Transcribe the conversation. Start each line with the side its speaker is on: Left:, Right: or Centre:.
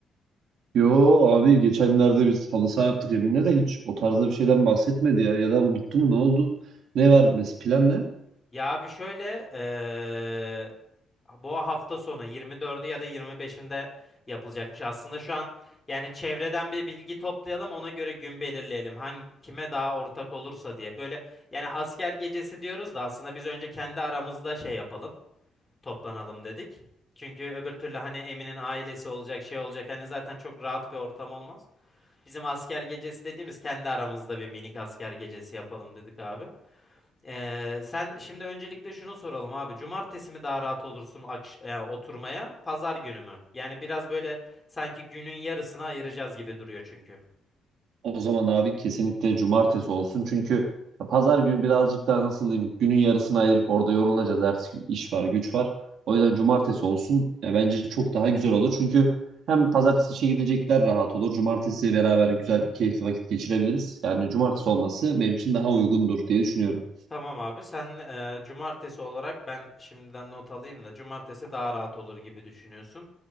Right: Yo abi geçenlerde biz halı saha yaptık Emine de hiç o tarzda bir şeyden bahsetmedi ya. Ya da unuttu mu ne oldu? Ne var mes plan ne?
Left: Ya abi şöyle e, bu hafta sonu 24'ü ya da 25'inde yapılacakmış. Aslında şu an yani çevreden bir bilgi toplayalım ona göre gün belirleyelim. Hangi kime daha ortak olursa diye. Böyle yani asker gecesi diyoruz da aslında biz önce kendi aramızda şey yapalım, toplanalım dedik. Çünkü öbür türlü hani Emin'in ailesi olacak, şey olacak. Hani zaten çok rahat bir ortam olmaz. Bizim asker gecesi dediğimiz kendi aramızda bir minik asker gecesi yapalım dedik abi. Ee, sen şimdi öncelikle şunu soralım abi. Cumartesi mi daha rahat olursun akş- e, oturmaya, pazar günü mü? Yani biraz böyle sanki günün yarısını ayıracağız gibi duruyor çünkü.
Right: O zaman abi kesinlikle cumartesi olsun. Çünkü ya pazar günü birazcık daha nasıl diyeyim günün yarısını ayırıp orada yorulacağız. Ertesi gün iş var güç var. O yüzden cumartesi olsun. Ya bence çok daha güzel olur. Çünkü hem pazartesi işe gidecekler rahat olur. Cumartesi beraber güzel keyifli vakit geçirebiliriz. Yani cumartesi olması benim için daha uygundur diye düşünüyorum.
Left: Tamam abi sen e, cumartesi olarak ben şimdiden not alayım da cumartesi daha rahat olur gibi düşünüyorsun.